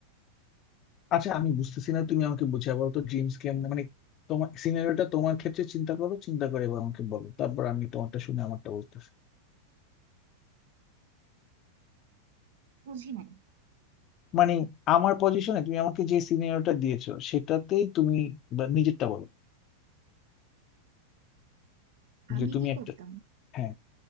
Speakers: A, on the left; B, on the right.
A: আচ্ছা আমি বুঝতেছি না তুমি আমাকে বুঝিয়ে বলো তো ড্রিমস কেমন মানে তোমার সিনারিওটা তোমার ক্ষেত্রে চিন্তা করো চিন্তা করে এবার আমাকে বলো তারপর আমি তোমারটা শুনে আমারটা বলতেছি
B: বুঝি নাই
A: মানে আমার পজিশনে তুমি আমাকে যে সিনারিওটা দিয়েছো সেটাতেই তুমি বা নিজেরটা বলো
B: আমি
A: যে তুমি
B: কি
A: একটা
B: করতাম
A: হ্যাঁ